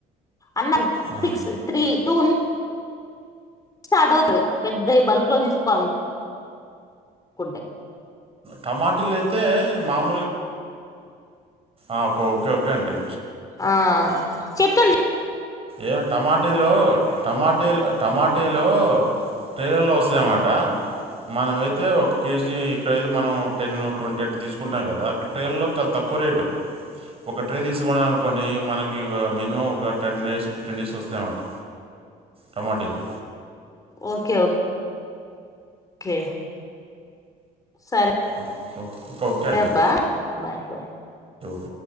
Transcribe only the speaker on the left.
అన్న
సిక్స్ తీ టూ స్టార్ట్ అవుతాయి పెద్దవి బల్క్ లో తీసుకోవాలను కుంటే
ఆ చెప్పండి
ఓకే ఓ కే సరే
అబ్బా బాయ్ బాయ్